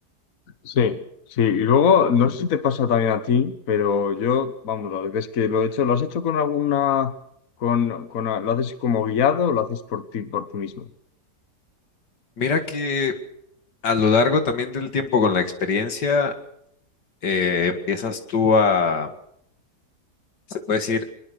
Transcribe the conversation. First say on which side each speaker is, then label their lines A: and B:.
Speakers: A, on the left; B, on the left.
A: Sí, sí. Y luego, no sé si te pasa también a ti, pero yo, vamos, las veces que lo he hecho, ¿lo has hecho con alguna, con, con, a- lo haces como guiado o lo haces por ti, por ti mismo?
B: Mira que a lo largo también del tiempo con la experiencia, eh, empiezas tú a, se puede decir,